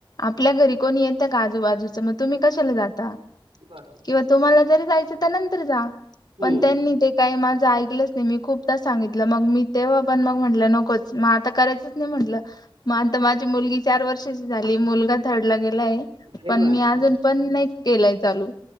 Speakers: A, on the left; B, on the right.
A: आपल्या घरी कोणी येतं का आजूबाजूचं मग तुम्ही कशाला जाता.
B: बरोबर.
A: किंवा तुम्हाला जरी जायचं तर नंतर जा
B: हम्म
A: पण त्यांनी ते काय माझा. ऐकलंच नाही मी खूपदा सांगितलं मग मी तेव्हा पण मग म्हटलं नकोच मग आता करायचंच नाही म्हटलं. माता माझी मुलगी चार वर्षाची झाली मुलगा थर्डला गेला.
B: अरे
A: पण
B: वा
A: मी
B: छान
A: अजून पण नाही केलाय चालू